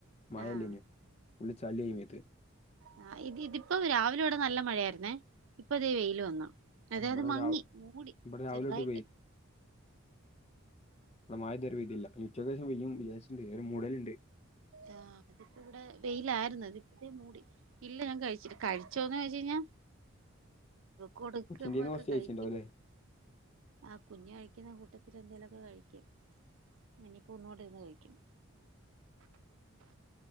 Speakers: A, on the left; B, on the right.
A: മായല്ലെന്യൂ
B: ആഹ്
A: ഫുള്ള് ചളിയായി മേത്ത്
B: ആ ഇത് ഇതിപ്പോ രാവിലെ ഇവിടെ നല്ല മഴയായിരുന്നേ ഇപ്പൊ ദേ വെയില് വന്നു അതെ
A: ഇവിടെ
B: അത് മങ്ങി
A: രാവി
B: മൂടി
A: ഇവിടെ രാവിലെ
B: ചെറുതായിട്ട്
A: തൊട്ട് വടെ മഴെതുവരെ പെയ്തില്ല ചെറുതായിട്ട് പെയ്യും വിചാരിച്ചിട്ടുണ്ട് ഒരു മൂടല്ണ്ട്
B: ആ ഇപ്പ ഇവിടെ വെയിലായിരുന്നു അതിച്ചിരി മൂടി ഇല്ല ഞാൻ കഴിച്ചില്ല കഴിച്ചോന്ന് ജ് ഞ കൊടുക്കുമ്പോക്കെ
A: കൊച്ചിൻ്റെ കയ്യിന്ന് കുറച്ച് കഴിച്ചിട്ടുണ്ടാവും
B: കഴിക്കും
A: അല്ലേ
B: ആ കുഞ്ഞ് കഴിക്കുന്ന കൂട്ട ന്നിട്ടെന്തെലൊക്കെ കഴിക്കും ഇങ്ങനേം പുന്നോടെ ഇരുന്ന് കഴിക്കും